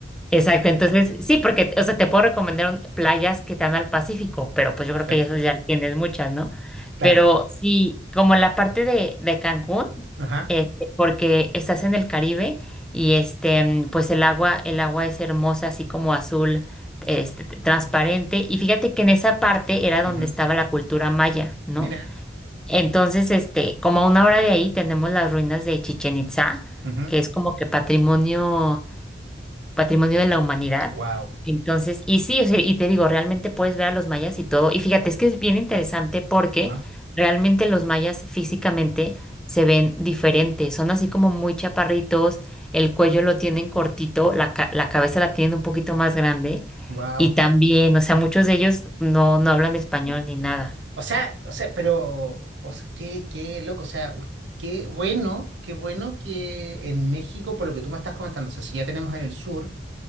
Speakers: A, in the centre; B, on the right.
A: Exacto. Entonces, sí, porque, o sea, te puedo recomendar un- playas que te dan al Pacífico, pero pues
B: Perfecto.
A: yo creo que eso ya tienes muchas, ¿no?
B: Claro.
A: Pero sí, como la parte de, de Cancún,
B: Ajá.
A: este, porque estás en el Caribe y este, mm, pues el agua, el agua es hermosa, así como azul, este, t- transparente. Y fíjate que en esa parte era donde
B: ujú.
A: estaba la cultura maya, ¿no?
B: Mira.
A: Entonces, este, como a una hora de ahí tenemos las ruinas de Chichen Itza,
B: ujú.
A: que es como que patrimonio, patrimonio de la humanidad.
B: Wow.
A: Entonces, y sí, o sea, y te digo, realmente puedes ver a los mayas y todo. Y fíjate, es que es bien interesante porque
B: Ajá.
A: realmente los mayas físicamente se ven diferentes. Son así como muy chaparritos, el cuello lo tienen cortito, la, ca- la cabeza la tienen un poquito más grande.
B: Wow.
A: Y también, o sea, muchos de ellos no, no hablan español ni nada.
B: O sea, o sea, pero, o sea, qué, qué loco. O sea, us- qué bueno, qué bueno que en México, por lo que tú me estás comentando, o sea, si ya tenemos en el sur.